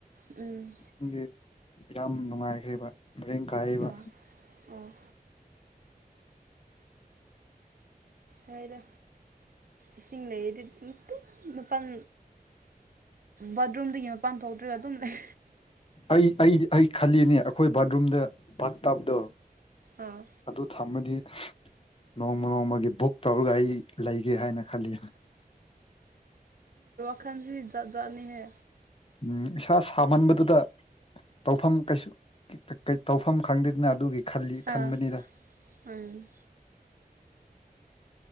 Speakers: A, on the right; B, on the left.
A: ꯎꯝ
B: ꯏꯁꯤꯡꯗꯤ ꯌꯥꯝ ꯅꯨꯡꯉꯥꯏꯈ꯭ꯦꯔꯤꯕ ꯃꯔꯦꯡ ꯀꯥꯏꯕ
A: ꯑꯣ ꯑꯣ ꯍꯥꯏꯔ ꯏꯁꯤꯡ ꯂꯩꯔꯗꯤ ꯃꯄꯥꯜ ꯕꯥꯠꯔꯨꯝꯗꯒꯤ ꯃꯄꯥꯟ ꯊꯣꯛꯇ꯭ꯔꯣꯏꯔꯤꯕ ꯑꯗꯨꯝ ꯂꯩ
B: ꯑꯩ ꯑꯩꯗꯤ ꯑꯩ ꯈꯜꯂꯤꯅꯦ ꯑꯩꯈꯣꯏ ꯕꯥꯠꯔꯨꯝꯗ ꯄ ꯇꯥꯞꯗꯣ
A: ꯑꯥ
B: ꯑꯗꯨ ꯊꯝꯃꯗꯤ ꯅꯣꯡꯃ ꯅꯣꯡꯃꯒꯤ ꯕꯨꯛ ꯇꯧꯔꯒ ꯑꯩ ꯂꯩꯒꯦ ꯍꯥꯏꯅ ꯈꯜꯂꯤ
A: ꯈꯟꯁꯤꯖꯅꯤ ꯍ
B: ꯎꯝ ꯏꯁꯥ ꯁꯥꯃꯟꯕꯗꯨꯗ ꯇꯧꯐꯝ ꯀꯩꯁꯨ ꯇꯧꯐꯝ ꯈꯪꯗꯦꯗꯅ ꯑꯗꯨꯒꯤꯜꯂꯤ
A: ꯑꯥ
B: ꯈꯟꯕꯅꯤꯗ
A: ꯎꯝ